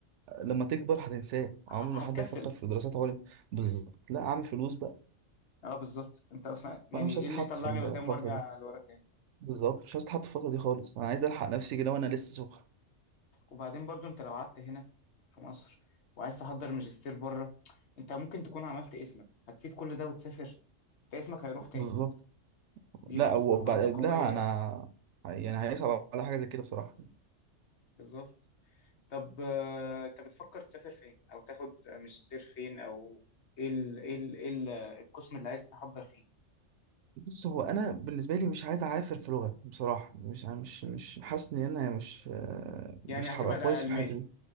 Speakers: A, on the right (about 75°); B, on the left (about 65°).
A: لما تكبر هتنساه عمر
B: ه-
A: ما حد
B: هتكسل
A: هيفكر في دراسات عليا بالظبط لا اعمل فلوس بقى
B: اه بالظبط انت اصلا يعني
A: وانا مش
B: ايه
A: عايز
B: اللي
A: اتحط
B: طلعني
A: في الفتره
B: قدام وارجع
A: دي
B: لورا تاني
A: بالظبط مش عايز اتحط في الفتره دي خالص انا عايز الحق نفسي كده وانا لسه سخن
B: وبعدين برضو انت لو قعدت هنا في مصر وعايز تحضر ماجستير بره انت ممكن تكون عملت اسمك هتسيب كل ده وتسافر انت اسمك هيروح تاني
A: بالظبط
B: دي
A: لا
B: نقطة
A: وبعد
B: برضو قوية
A: لا
B: يعني
A: انا يعني هيصعب على حاجه زي كده بصراحه
B: بالظبط طب آه، انت بتفكر تسافر فين او تاخد ماجستير فين او ايه ال ايه ال ايه ال- القسم اللي عايز تحضر فيه
A: بص هو انا بالنسبه لي مش عايز اعافر في لغه بصراحه مش مش مش حاسس ان انا مش آه،
B: يعني
A: مش
B: هتبعد
A: هبقى كويس
B: على
A: في
B: الماني
A: الحته دي